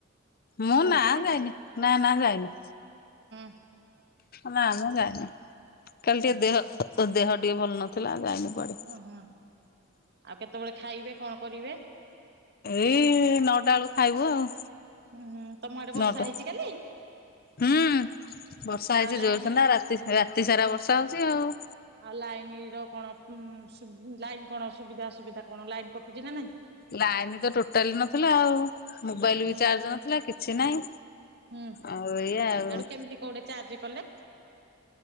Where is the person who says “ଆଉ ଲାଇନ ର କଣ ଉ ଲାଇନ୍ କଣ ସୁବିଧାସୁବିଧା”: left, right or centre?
Right